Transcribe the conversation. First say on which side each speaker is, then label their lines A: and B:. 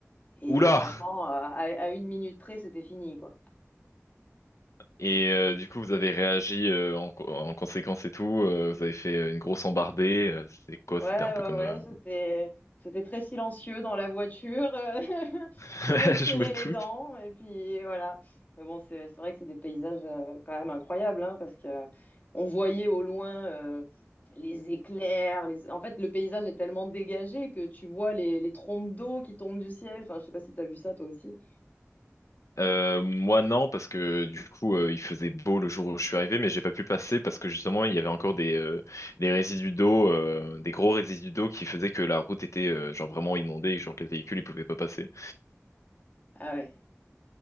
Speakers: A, on the left (about 35°); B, on the left (about 85°).
A: Et
B: oula
A: franchement, euh, à, à une minute près, c'était fini, quoi.
B: Et euh, du coup, vous avez réagi euh, en, co- en conséquence et tout. euh, vous avez fait euh, une grosse embardée. euh, C'était quoi?
A: Ouais,
B: C'était un
A: ouais,
B: peu comme...
A: ouais,
B: euh,
A: c'était, c'était très silencieux dans la voiture. euh, <laughs>
B: <laughs>
A: tout le monde serrait
B: Je me doute.
A: les dents. Et puis voilà. Mais bon, c'est, c'est vrai que c'est des paysages euh, quand même incroyables, hein, parce que euh, on voyait au loin euh, les éclairs. Les... En fait, le paysage est tellement dégagé que tu vois les, les trombes d'eau qui tombent du ciel. Enfin, je sais pas si tu as vu ça toi aussi.
B: Euh, moi, non, parce que du coup, euh, il faisait beau le jour où je suis arrivé, mais j'ai pas pu passer parce que justement, il y avait encore des, euh, des résidus d'eau, euh, des gros résidus d'eau qui faisaient que la route était euh, genre vraiment inondée et genre que les véhicules, ils pouvaient pas passer.
A: Ah ouais.